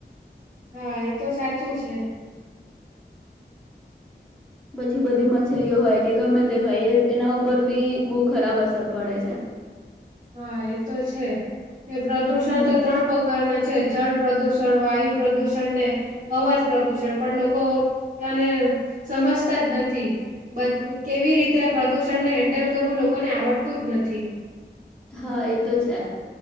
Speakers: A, on the right; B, in the centre.
A: હા એ તો સાચું છે.
B: પછી બધી મછલીઓ હોય કે ગમે તે હોય એ એના ઉપર બી બહુ ખરાબ અસર પડે છે.
A: હા એ તો છે એ પ્રદુષણ
B: હમ
A: તો ત્રણ પ્રકારના છે જળ પ્રદૂષણ વાયુ પ્રદૂષણ ને અવાજ પ્રદુષણ પણ લોકો આને સમજતા જ નથી કેવી રીતે આ પ્રદુષણ ને હેન્ડલ કરવું લોકોને આવડતું જ નથી.
B: હા એ તો છે